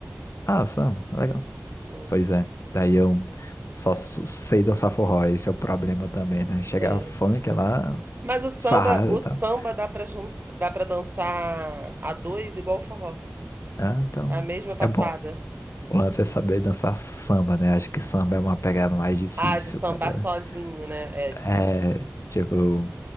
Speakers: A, on the left (about 85°); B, on the right (about 45°).
A: ah, samba, legal.
B: Hum,
A: Pois é, daí eu só s- sei dançar forró, esse é o problema também, né? Chegar
B: ah.
A: funk lá,
B: Mas o samba,
A: sarrada
B: o
A: e tal.
B: samba dá pra, jun... dá pra dançar a dois igual o forró.
A: Ah, então,
B: A mesma passada.
A: é bom. O lance é saber dançar samba, né? Acho que samba é uma pegada mais difícil,
B: Ah, de sambar
A: tá ligado?
B: sozinho, né? É
A: É,
B: difícil.
A: tipo,